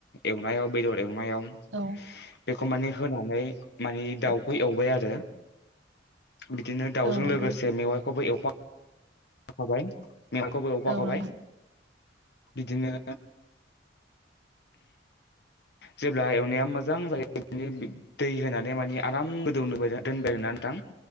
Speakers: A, on the left; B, on the right.
A: एवनायाव बेदर एवनायाव
B: औ
A: बेखौ मानि होनानै माने
B: औ
A: दाउखौ एवबाय आरो बिदिनो दाउजों
B: औ नोंथां
A: लोगोसे मेवाइखौबो एवफां खाबाय मेवाखौबो एवफाखाबाय
B: औ नोंथां
A: बिदिनो जेब्ला एवनाया मोजां जायो दै होनानै मानि आराम गोदौनो दोनबाय ना नोंथां